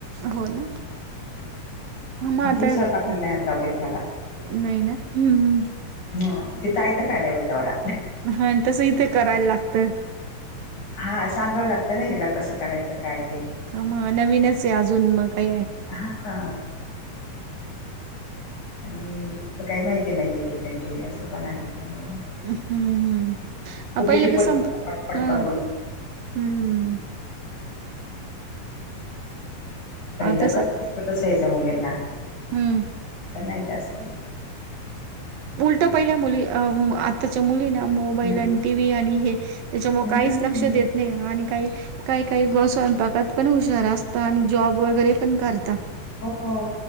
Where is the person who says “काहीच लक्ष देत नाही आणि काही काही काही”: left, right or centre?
Right